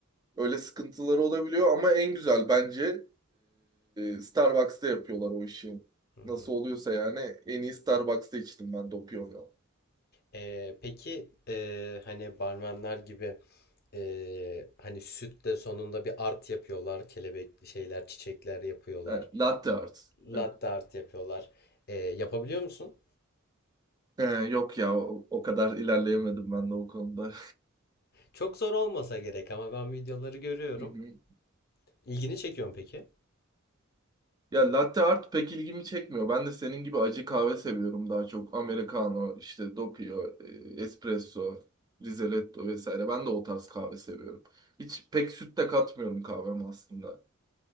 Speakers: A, on the right; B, on the left.
A: Öyle sıkıntıları olabiliyor ama en güzel bence e, Starbucks'ta yapıyorlar o işi.
B: hmm.
A: Nasıl oluyorsa yani en iyi Starbucks'ta içtim ben Doppio'yu.
B: Ee, peki ee, hani barmenler gibi ee, hani süt de sonunda bir art yapıyorlar. Kelebek şeyler, çiçekler yapıyorlar.
A: He, Latte art.
B: Latte
A: Evet.
B: art yapıyorlar. Ee, yapabiliyor musun?
A: He, yok ya o, o kadar ilerleyemedim ben de o konuda.
B: Çok zor olmasa gerek ama ben videoları görüyorum.
A: <laughs>
B: İlgini çekiyor mu peki?
A: Ya latte art pek ilgimi çekmiyor. Ben de senin gibi acı kahve seviyorum daha çok. Americano, işte doppio, e, espresso, rizeletto vesaire. Ben de o tarz kahve seviyorum. Hiç pek süt de katmıyorum kahveme aslında.